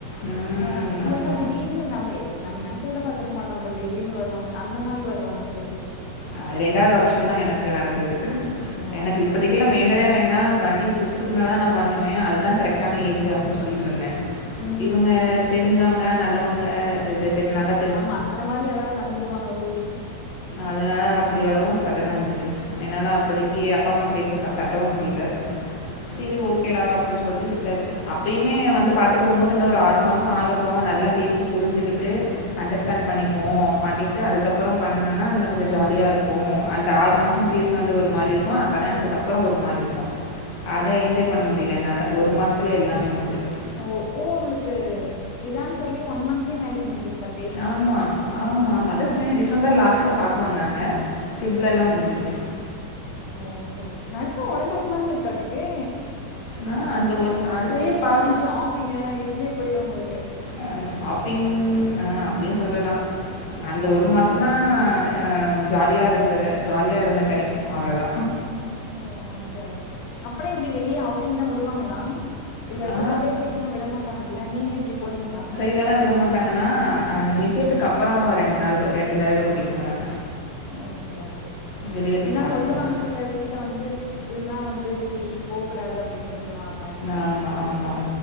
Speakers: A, on the left; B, on the left.
A: ம்.
B: ஆ இல்லன்னா
A: ஆமா.
B: திடீர்னு நம்மயே நம்ம நெனச்சி கூட பாத்துருக்க மாட்டோ அபோ திடீர்னு வருவாங்கன்டு அந்த மாரி வருவாங்க சிலர்
A: அ ரெண்டாவது ஆப்ஷன் தா எனக்கு நடந்துது
B: ஓ!
A: எனக்கு
B: ஓகே,
A: இப்போதிக்குலா
B: ஓகே.
A: வேண் டவே வேண்டா டுவெண்டி சிக்ஸ்க்கு மேல தா நா பண்ணுவே அதுதா கரெக்டான ஏஜி அப்டின் சொல்லிட்ருந்தே
B: ம்.
A: இவுங்க தெரிஞ்சவுங்க நல்லவங்க இது நல்ல
B: ஆமா அந்த மாரி யாராவது வந்துருவாங்க கூட்டிட்டு
A: அதனால அப்டி வரவு சடனா முடிஞ்சிருச்சு என்னால அப்போதக்கி அப்பா அம்மா பேச்ச தட்டவு முடில செரி ஓகேடா அப்டின் சொல்ட்டு விட்டாச்சு அப்பயுமே வந்து பாத்துட்டு போம்போது இன்னொரு ஆறு மாச ஆக ட்டு நல்லா பேசி புரிஞ்சிக்கிட்டு அண்டர்ஸ்டாண்ட் பண்ணிக்குவோ பண்ணிட்டு அதுக்கப்புறோ பண்ணுனா இன்னு கொஞ்ச ஜாலியாருக்கு அந்த ஆறு மாசம் ஃபேஸ் வந்து ஒரு மாரி இருக்கு அ கல்யாணத்துக்குக்கப் றோ ஒரு மாரி இருக்கு அத என்ஜாய் பண்ண முடில என்னால ஒரு மாசத்துல எல்லாமே முடிஞ்சிருச்சி
B: ஓ ஓ ஒங்களுக்கு இதான் சொல்லி ஒன் மன்ந்த்லயே மேரேஜ் முஞ்டிசிருச்சா
A: ஆமா ஆமாமா அதா சொன்னனே டிசம்பர் லாஸ்ட்ல பாக்க வந்தாங்க பிப்லலா முடிஞ்சிருச்சு
B: ஓகே ஓகே நடத்து ஒன் அண்ட் ஹாஃப் மன்ந்த் இருக்காட்டுக்கே
A: நா அந்த ஒரு அதுலயே பா
B: ஷாப்பிங்கு இதுலே போயிடு உங்களுக்கு
A: ஆ ஷாப்பிங் ஆ அப்டியு சொல்லலா அந்த ஒரு மாச தா ஆ ஜாலியா இருந்தது ஜாலியா இருந்த டைம் அவ்ளதா
B: ஓ ஓகே ஓகே அப்பெல்லா எப்டி வெளியே அவுட்டிங்லா விடுவாங்களா இல்ல
A: ஆ
B: சில பேர் வீட்லல்லா விடமாட்டாங்கல்ல நீங்க எப்டி போனீங்ளா
A: இல்லனா விட மாட்டாங்க தா அந்த நிச்சயத்துக்கு அப்றோ ரெண்டு நாள் ரெண்டு தடவ கூட்டிட்டு போனாங்க
B: ஓகே ஓகே
A: வெளியில் போய்
B: ஏனா
A: சாப்பிட்டுட்டு
B: சொல்லுவாங்க
A: வந்தோம்
B: சில வீட்டுல வந்து இதுதான் வந்து இப்டி போக்கூடாது அப்டின்னு சொல்லுவாங்க
A: ஆமா ஆமா